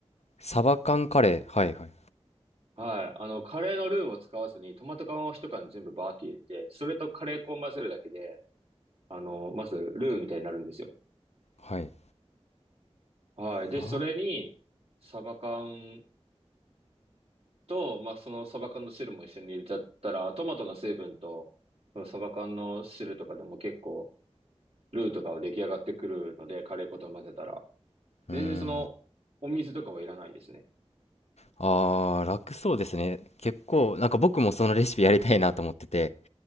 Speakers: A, on the left; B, on the right.
A: サバ缶カレーはいはい
B: はい。あの、カレーのルーを使わずに、トマト缶を一缶全部バーって入れて、それとカレー粉を混ぜるだけで、あの、まず、ルーみたいになるんですよ。
A: はい
B: はい。で、
A: あ
B: それに、サバ缶と、まあ、そのサバ缶の汁も一緒に入れちゃったら、トマトの成分と、そのサバ缶の汁とかでも結構、ルーとかは出来上がってくるので、カレー粉と混ぜたら。全然その、
A: ーうーん
B: お水とかはいらないですね。
A: あー楽そうですね結構なんか僕もそのレシピやりたいなと思ってて